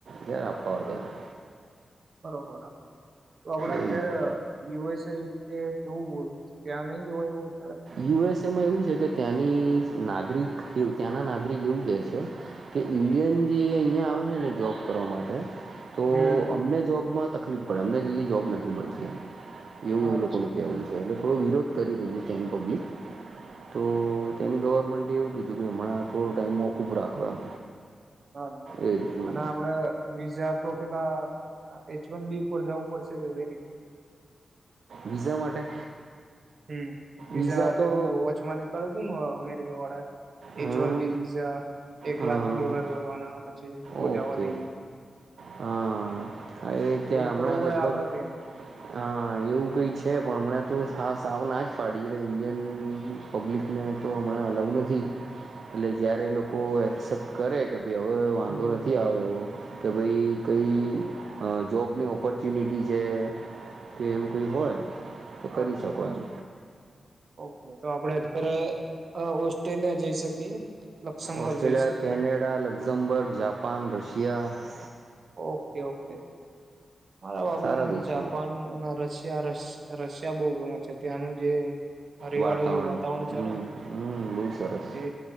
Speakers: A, on the right; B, on the right.
A: જ્યારે આપવા હોય
B: બરોબર
A: ત્યારે
B: બરોબર હ. આપડ અત્યારે
A: એવું છે
B: યુ એસ ય જોવું હોય ત્યાં નહી જોય એવું? અત્યારે
A: યુ એસ માં એવું છે કે ત્યાંની નાગરિક ત્યાંના નાગરિક એવું કેહે છે, કે ઈન્ડિયન જે અહીં આવે છે ને જોબ કરવા માટે. તો
B: હમ
A: અમને જોબમાં તકલીફ પડે અમને જલ્દી જોબ નથી મળતી એમ. એવું
B: અચ્છા
A: એ લોકો ન કહેવું છે એટલે થોડો વિરોધ કરી રહ્યો છે. જેની પબ્લિક, તો તેની ગવર્મેન્ટે એવું કીધું કે હમણાં થોડો ટાઈમ મોકૂફ રાખવા એમ.
B: હ
A: એ રીતનું
B: અને આપડે વીઝા પેલા એચ વન બી ઉપર જવું પડશે કે રી
A: વિઝા માટે?
B: હમ બીજા
A: વિઝા
B: પેલું
A: તો
B: વચમાન સ્થળ હતું <unintelligible>
A: હા
B: એચ વન બી વિઝા એક
A: હા
B: લાખ
A: હા
B: ડોલર ભરવાના પછી તો
A: ઓકે
B: જવા દઈ.
A: હા હા એ ત્યાં
B: કરવું
A: હમણાં
B: પડે
A: લગભગ
B: આપડે કે
A: અ એવું કઈ છે. છે પણ હમણાં તો સા સાવ ના જ પાડી એટલે ઇન્ડિયન પબ્લિકને તો હમણાં અલઉ નથી, એટલે જ્યારે લોકો એક્સેપ્ટ કરે કે ભી હવે વાંધો
B: હમ
A: નથી આવે એવો. કે ભાઈ કઈ જોબની ઓપોર્ચ્યુનિટી છે, કે એવું કંઈ હોય તો કરી
B: અચ્છા
A: શકો એમ.
B: ઓકે તો આપડે અત્યારે ઓસ્ટ્રેલિયા જઈ શકીએ. લક્સમબર્ગ
A: ઓસ્ટ્રેલિયા
B: જઈ શકીએ
A: કેનેડા લક્ઝમબર્ગ જાપાન રશિયા િયા
B: ઓકે ઓકે મારા બાબલા
A: સારા
B: ને
A: દેશો
B: જાપાન અને રશિયા ર રશિયા બહુ ગમે છે ત્યાંનું જે હરિયાળી
A: વાતાવરણ હમ
B: છે ને
A: બહ સરસ
B: એ